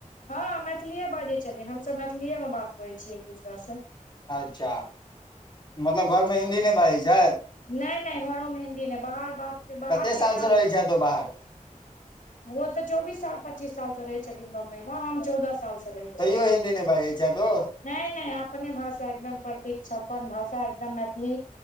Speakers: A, on the left; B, on the left.
A: हँ मैथिलिए बाजै छथिन हमसभ मैथिलीएमे बात करै छियै एक दोसरासँ
B: अच्छा मतलब घरमे हिन्दी नहि बाजै छथि
A: नहि नहि घरो हिंन्दी नहि बाहर बात बाहर
B: कते सालसँ
A: जिनका
B: रहै
A: से बात,
B: छथि ओ बाहर
A: ओ तऽ चौबीस साल पच्चीस सालसँ रहै छथिन बम्बइ मे हम चौदह साल सँ रहै
B: तैयो
A: छियै
B: हिन्दी नहि बाजै छथि ओ
A: नहि नहि अपने भाषा एकदम प्रतीक छै अपन भाषा एकदम मैथिली